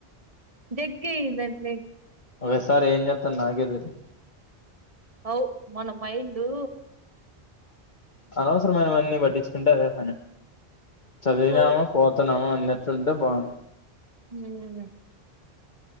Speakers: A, on the right; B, on the left.
A: జెగ్గిమన్లే
B: ఒక్కో సారీ ఏమ్ చెప్తాన్ నాకే తెలీదు
A: ఔ మన మైండు
B: అనవసరమైనవన్నీ పట్టించుకుంటే అదే పని చదివినామా
A: ఓ
B: పోతున్నామా అట్లూంటే బాగు
A: హుమ్ మరి